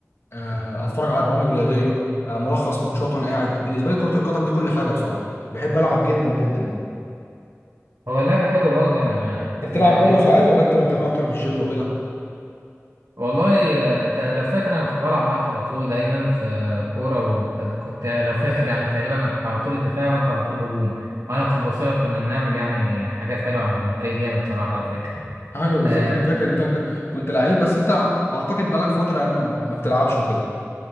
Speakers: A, on the left (about 55°); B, on the right (about 75°).
A: آه، اتفرج على برامج رياضيه آه، ملخص ماتشات وانا قاعد بالنسبه لي كره القدم دي كل حاجه بصراحه بحب العب جدا جدا يعني
B: هو اللعب حلو برضه يعني ما اتفق
A: انت بتلعب
B: معاك
A: برضه
B: جدا
A: ساعات ولا انت مهتم اكتر بالجيم وكده
B: والله آه، انت لو فاكر انا كنت بلعب معاك على طول دايما في كوره وكنت لو فاكر يعني تقريبا انا كنت على طول الدفاع وانت على طول هجوم وانا كنت بوصلك كنا بنعمل يعني حاجات حلوه يعني كنا فريق جامد صراحه لو فاكر
A: ايوه بالظبط
B: آه،
A: انا فاكر انت ك- كنت لعيب بس انت اعتقد بقالك فتره يعني ما ما بتلعبش وكده